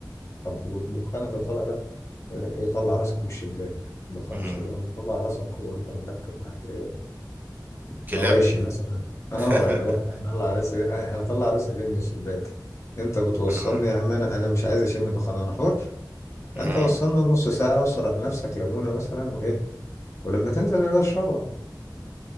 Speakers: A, on the left (about 40°); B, on the right (about 25°).
A: طب والدخان اللي طالع ده يقول لك ايه طلع راسك من الشباك الدخان
B: امم
A: مش يعني طلع راسك وانت مركب معاك إيه؟
B: كلاب
A: مواشي مثلا اه
B: <laughs>
A: اللي هو <laughs> انا اطلع راسي انا أنا اطلع راسي ليه من الشباك انت بتوصلني
B: امم
A: يا عم انا انا مش عايز اشم دخان انا حر انت
B: امم
A: وصلنا نص ساعه اسرع على نفسك ليمونه مثلا وايه ولما تنزل يا باشا اشربها.